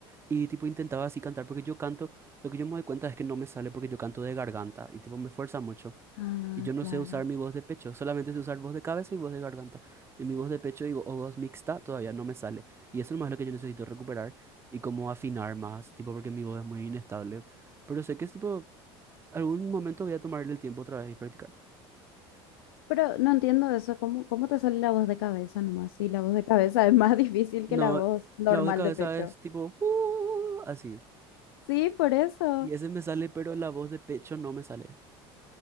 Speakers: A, on the right; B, on the left.
A: y tipo intentaba así cantar porque yo canto, lo que yo me doy cuenta es que no me sale porque yo canto de garganta y tipo me fuerza mucho.
B: Ah,
A: Y yo no
B: claro.
A: sé usar mi voz de pecho, solamente sé usar voz de cabeza y voz de garganta. Y mi voz de pecho y, vo- o voz mixta todavía no me sale. Y eso nomás es más lo que yo necesito recuperar y como afinar más, tipo, porque mi voz es muy inestable. Pero sé que es tipo, algún momento voy a tomarle el tiempo otra vez y practicar.
B: Pero no entiendo eso, ¿cómo, cómo te sale la voz de cabeza nomás? Sí, la voz de cabeza es más <laughs> difícil
A: No,
B: que la voz normal
A: la voz de cabeza
B: de pecho.
A: es tipo, "Uh", así.
B: Sí, por eso.
A: Y ese me sale, pero la voz de pecho no me sale.